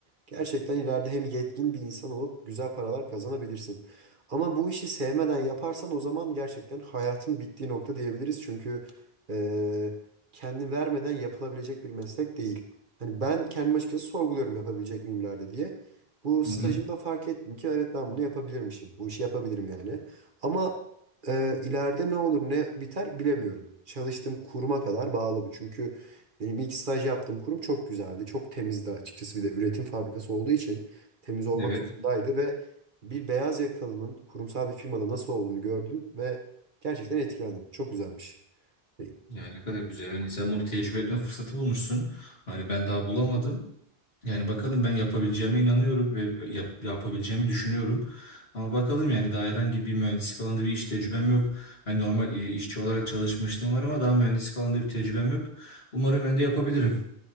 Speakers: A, on the right (about 55°); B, on the left (about 75°).
A: gerçekten ileride hem yetkin bir insan olup güzel paralar kazanabilirsin. Ama bu işi sevmeden yaparsan o zaman gerçekten hayatın bittiği nokta diyebiliriz. Çünkü e, kendi vermeden yapılabilecek bir meslek değil. Hani ben kendim açıkçası sorguluyorum yapabilecek miyim ileride diye. Bu stajımda
B: Hı hı.
A: fark ettim ki evet ben bunu yapabilirmişim. Bu işi yapabilirim yani. Ama ee, ileride ne olur ne biter bilemiyorum. Çalıştığım kuruma kadar bağlı bu. Çünkü benim ilk staj yaptığım kurum çok güzeldi. Çok temizdi açıkçası. Bir de üretim fabrikası olduğu için temiz olmak
B: Evet.
A: zorundaydı ve bir beyaz yakalının kurumsal bir firmada nasıl olduğunu gördüm ve gerçekten etkilendim. Çok güzelmiş. E,
B: Yani ne kadar güzel. Hani sen bunu tecrübe etme fırsatı bulmuşsun. Hani ben daha bulamadım. Yani bakalım ben yapabileceğime inanıyorum ve yap- yapabileceğimi düşünüyorum. Ama bakalım yani daha herhangi bir mühendislik alanında bir iş tecrübem yok. Hani normal e, işçi olarak çalışmışlığım var ama daha mühendislik alanında bir tecrübem yok. Umarım ben de yapabilirim.